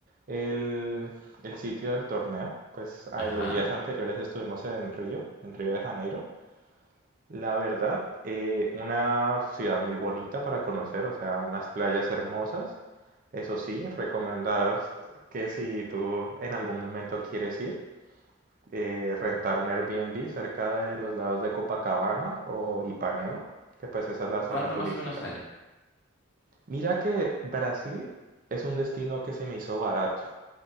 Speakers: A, on the right (about 40°); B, on the left (about 65°).
A: el, el sitio del torneo, pues a-
B: Ajá.
A: los días anteriores estuvimos en Río, en Río de Janeiro. La verdad, eh, una ciudad muy bonita para conocer, o sea, unas playas hermosas. Eso sí, recomendar que si tú en algún momento quieres ir, eh, rentar un Airbnb cerca de los lados de Copacabana o Ipanema, que pues esa es la
B: ¿Y
A: zona
B: cuánto
A: turística.
B: más o menos sale?
A: Mira que Brasil es un destino que se me hizo barato.